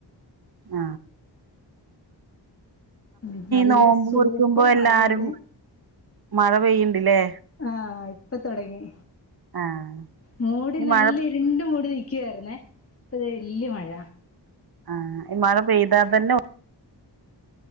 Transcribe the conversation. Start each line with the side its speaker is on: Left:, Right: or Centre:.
Right: ആ
Left: ഉ നല്ല
Right: നോമ്പ്
Left: സൂപ്പർ
Right: മുറിക്കുമ്പോ എല്ലാരും
Left: മഴ ഇവിടെ
Right: മഴ പെയ്യ്ണ്ട്ല്ലേ
Left: ആ ഇപ്പ തൊടങ്ങി
Right: ആഹ്
Left: മൂടി
Right: ഈ
Left: നല്ലിരുണ്ട്
Right: മഴ
Left: മൂടി നിക്കുവാരുന്നേ ഇപ്പ ദേ വല്യ മഴ
Right: ആ ഈ മഴ പെയ്താ തന്നെ ഒ